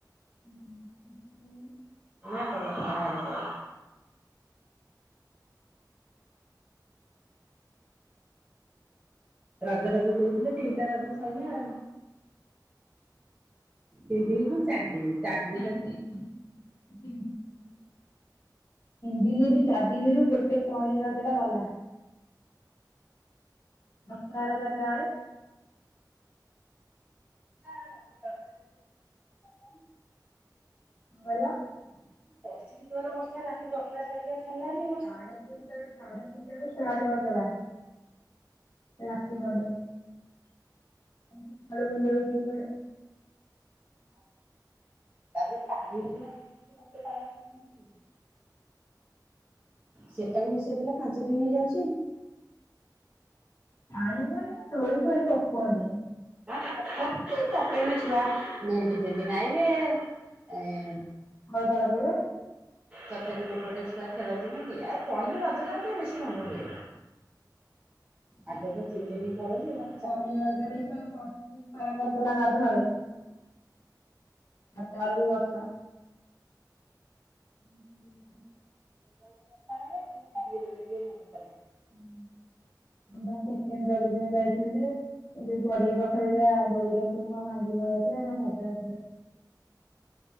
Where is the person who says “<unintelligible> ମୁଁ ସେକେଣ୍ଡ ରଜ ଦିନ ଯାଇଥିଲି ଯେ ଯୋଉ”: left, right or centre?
Left